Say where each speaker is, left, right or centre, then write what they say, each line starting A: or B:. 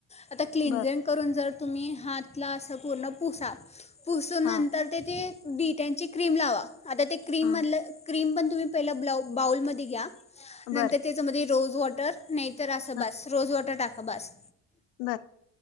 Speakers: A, on the left; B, on the left.
A: आता क्लनजिंग
B: बर
A: करून जर तुम्ही हातला असं पूर्ण पुसा पुसून
B: हा
A: नंतर ते ते बीटची क्रीम लावा आता ते क्रीम
B: हा
A: म्हधलं क्रीम पण पहिला बाऊलमध्ये घ्या नंतर
B: बर
A: त्याच्यामध्ये रोज वॉटर नाही तर असं
B: हा
A: बास रोज वॉटर टाका बास
B: बर